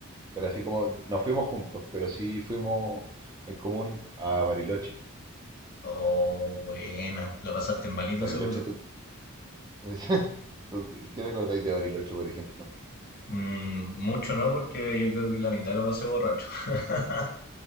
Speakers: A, on the right (about 20°); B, on the left (about 45°).
A: Pero así como no fuimos juntos, pero sí fuimos en común a Bariloche.
B: Oh, buena, la pasaste malito
A: Bariloche,
B: seguro.
A: tú, <laughs> tú- ¿qué te acordáis de Bariloche, por ejemplo?
B: Mm, mucho no, porque yo creo que la mitad lo pasé borracho. <laughs>